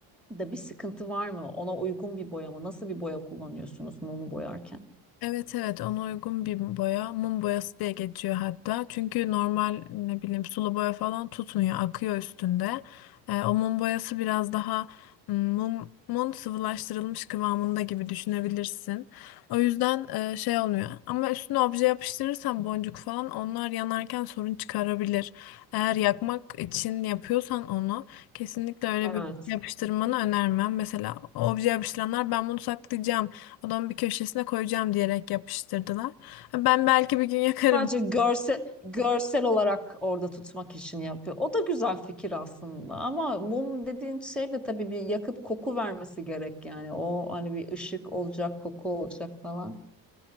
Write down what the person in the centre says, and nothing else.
da bir sıkıntı var mı? Ona uygun bir boya mı? Nasıl bir boya kullanıyorsunuz mumu boyarken?
Evet.
Sadece görsel, görsel olarak orada tutmak için yapıyor. O da güzel fikir aslında ama mum dediğin şey de tabii bir yakıp koku vermesi gerek yani. O hani bir ışık olacak, koku olacak falan.